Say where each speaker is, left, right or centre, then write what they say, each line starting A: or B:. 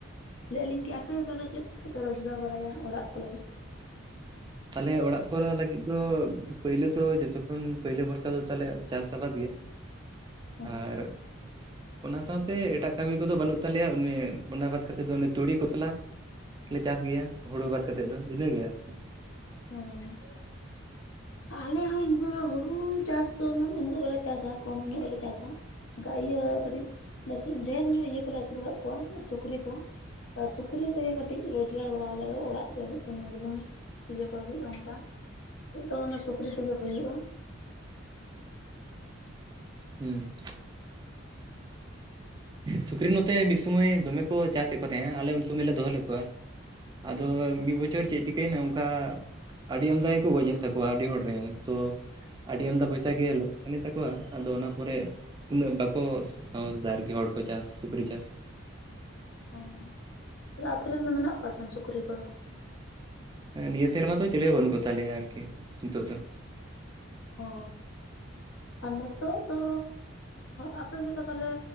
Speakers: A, on the left; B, on the right.
A: ᱞᱟᱹᱭᱮᱫᱼᱟ ᱞᱤᱧ ᱠᱮ ᱟᱯᱮ ᱛᱟᱦᱚᱞᱮ ᱪᱮᱫ ᱛᱮᱯᱮ ᱨᱳᱡᱽᱜᱟᱨ ᱵᱟᱲᱟᱭᱟ ᱚᱲᱟᱜ ᱠᱚ ᱞᱟᱹᱜᱤᱫ
B: ᱛᱟᱦᱞᱮ ᱚᱲᱟᱜ ᱠᱚᱨᱮ ᱞᱟᱹᱜᱤᱫ ᱫᱚ ᱯᱳᱭᱞᱳ ᱛᱚ ᱡᱚᱛᱚᱠᱷᱚᱱ ᱯᱳᱭᱞᱳ ᱵᱷᱚᱨᱥᱟ ᱫᱚ ᱛᱮᱞᱮ ᱪᱟᱥ ᱟᱵᱟᱫ ᱜᱮ
A: ᱦᱮᱸ
B: ᱟᱨ ᱚᱱᱟ ᱥᱟᱶᱛᱮ ᱮᱴᱟᱜ ᱠᱟᱹᱢᱤ ᱠᱚᱫᱚ ᱵᱟᱹᱱᱩᱜ ᱛᱟᱞᱮᱭᱟ ᱚᱱᱮ ᱚᱱᱟ ᱵᱟᱫ ᱠᱟᱛᱮᱫ ᱫᱚ ᱛᱩᱲᱤ ᱠᱚᱥᱞᱟ ᱞᱮ ᱪᱟᱥ ᱜᱮᱭᱟ ᱦᱩᱲᱩ ᱵᱟᱫ ᱠᱟᱛᱮᱫ ᱫᱚ ᱤᱱᱟᱹ ᱜᱮ <inaudible>
A: ᱦᱮᱸ ᱟᱞᱮ ᱦᱚᱸ ᱤᱱᱠᱟᱹ ᱦᱩᱲᱩ ᱪᱟᱥ ᱫᱚᱱᱟᱝ ᱩᱱᱟᱹᱜ ᱵᱟᱞᱮ ᱪᱟᱥᱟ ᱠᱚᱢ ᱧᱚᱜ ᱞᱮ ᱪᱟᱥᱟ ᱤᱭᱟᱹ ᱠᱟᱹᱴᱤᱡ ᱰᱷᱮᱨ ᱧᱚᱜ ᱤᱭᱟᱹ ᱠᱚᱞᱮ ᱟᱹᱥᱩᱞ ᱠᱟᱫ ᱠᱚᱣᱟ ᱥᱩᱠᱨᱤ ᱠᱚ ᱥᱩᱠᱨᱤ ᱛᱮᱜᱮ ᱠᱟᱹᱴᱤᱡ ᱨᱚᱡᱽᱜᱟᱨ ᱵᱟᱲᱟᱭᱟᱞᱮ ᱚᱲᱟᱜ ᱠᱚ ᱞᱟᱹᱜᱤᱫ ᱥᱩᱱᱩᱢ ᱵᱩᱞᱩᱢ ᱤᱭᱟᱹ ᱠᱚ ᱞᱟᱜᱤᱫ ᱚᱱᱠᱟ ᱫᱚ ᱚᱱᱟ ᱥᱩᱠᱨᱤ ᱛᱮᱜᱮ ᱦᱩᱭᱩᱜᱼᱟ
B: ᱦᱩᱸ
A: <inaudible>
B: ᱥᱩᱠᱨᱤ ᱱᱚᱛᱮ ᱢᱤᱫ ᱥᱩᱢᱚᱭ ᱫᱚᱢᱮ ᱠᱚ ᱪᱟᱥᱮᱫ ᱠᱚ ᱛᱟᱦᱮᱸᱱᱟ ᱟᱞᱮ ᱩᱱ ᱥᱩᱢᱚᱭ ᱞᱮ ᱫᱚᱦᱚ ᱞᱮᱫ ᱠᱚᱣᱟ ᱟᱫᱚ ᱢᱤᱫ ᱵᱚᱪᱷᱚᱨ ᱪᱮᱫ ᱪᱤᱠᱟᱹᱭᱮᱱᱟ ᱚᱱᱠᱟ ᱟᱹᱰᱤ ᱟᱢᱫᱟ ᱜᱮᱠᱚ ᱜᱚᱡ ᱮᱱ ᱛᱟᱠᱚᱣᱟ ᱟᱹᱰᱤ ᱦᱚᱲ ᱨᱮᱱ ᱛᱚ ᱟᱹᱰᱤ ᱟᱢᱫᱟ ᱯᱚᱭᱥᱟ ᱜᱮ ᱞᱚᱜ ᱥᱟᱱ ᱛᱟᱠᱚᱣᱟ ᱟᱫᱚ ᱚᱱᱟ ᱯᱚᱨᱮ ᱩᱱᱟᱹᱜ ᱵᱟᱠᱚ ᱥᱟᱢᱟᱡ ᱫᱟᱨ ᱜᱮ ᱦᱚᱲ ᱠᱚ ᱪᱟᱥ ᱥᱩᱠᱨᱤ ᱪᱟᱥ
A: ᱚᱻ ᱛᱟᱦᱮ ᱟᱯᱮ ᱨᱮᱱ ᱫᱚ ᱢᱮᱱᱟᱜ ᱠᱚᱣᱟ ᱥᱮ ᱵᱟᱝ ᱥᱩᱠᱨᱤ ᱠᱚ
B: ᱱᱤᱭᱟᱹ ᱥᱮᱨᱢᱟ ᱫᱚ ᱪᱮᱞᱮ ᱦᱚᱸ ᱵᱟᱹᱱᱩᱜ ᱠᱚ ᱛᱟᱞᱮᱭᱟ ᱟᱨᱠᱤ ᱱᱤᱛᱚᱜ ᱫᱚ
A: ᱚ ᱟᱨ ᱱᱤᱛᱚᱜ ᱫᱚ ᱟᱯᱮ ᱥᱮᱫ ᱫᱚ ᱛᱟᱦᱞᱮ